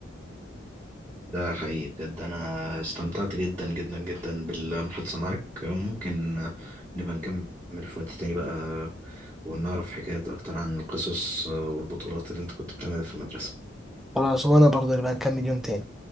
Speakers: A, on the right; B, in the centre.
A: ده حقيقي بجد انا استمتعت جدا جدا جدا بالمحادثة معاك ممكن نبقى نكمل في وقت تاني بقى ونعرف حكايات اكتر عن القصص والبطولات اللي انت كنت بتعملها في المدرسة
B: خلاص وانا برضه اللي بقى نكمل يوم تاني